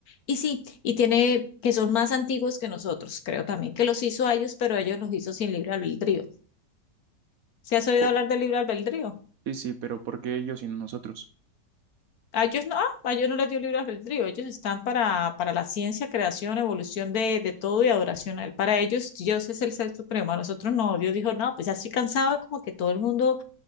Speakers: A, on the left (about 65°); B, on the right (about 65°).
A: Y sí, y tiene que son más antiguos que nosotros, creo también, que los hizo a ellos, pero ellos los hizo sin libre albedrío. ¿Se has oído
B: Por-
A: hablar del libre albedrío?
B: sí, sí, pero ¿por qué ellos y no nosotros?
A: A ellos no, a ellos no les dio libre albedrío, ellos están para, para la ciencia, creación, evolución de, de todo y adoración a él. Para ellos Dios es el ser supremo, a nosotros no, Dios dijo, no, pues ya estoy cansado como que todo el mundo